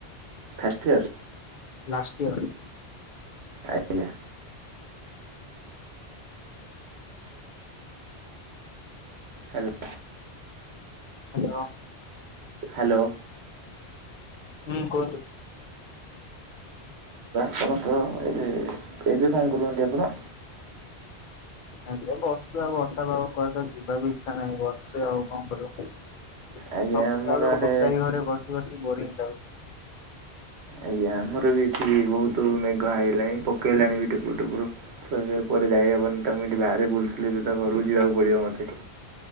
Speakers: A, on the right (about 80°); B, on the left (about 55°).
A: ଫାଷ୍ଟଇୟର।
B: Last year.
A: ଆଜ୍ଞା ହ୍ୟାଲୋ
B: ହ୍ୟାଲୋ।
A: ହ୍ୟାଲୋ।
B: ହୁଁ କୁହନ୍ତୁ।
A: <unintelligible> ଏବେ ଏବେ କଣ କରୁଛନ୍ତି ଆପଣ?
B: <unintelligible> ଆଉ ବର୍ଷା ପାଗ କୁଆଡ଼େ ତ ଯିବାକୁ ଇଚ୍ଛା ନାହିଁ ବସିଛି ଆଉ କଣ କରିବି। ସକାଳୁ
A: ଆଜ୍ଞା ଆମର ଆଡେ
B: ଗୋଟାଏ ଘରେ ବସି ବସି ବୋ଼ରିଙ୍ଗ ଯାଉଛି।
A: ଆଜ୍ଞା ଆମର ବି ଏଠି ବହୁତ ମେଘ ଆଇଲାଣି ପକେଇଲାଣି ବି ଟୁପୁ ଟୁପରୁ ଫେରେ ପରେ ଯାଇ ବନି ତ ମୁଁ ଏଇଠି ବାହାରେ ବୁଲୁଥିଲି ତା ଘରକୁ ଯିବାକୁ ପଡିବ ମତେ।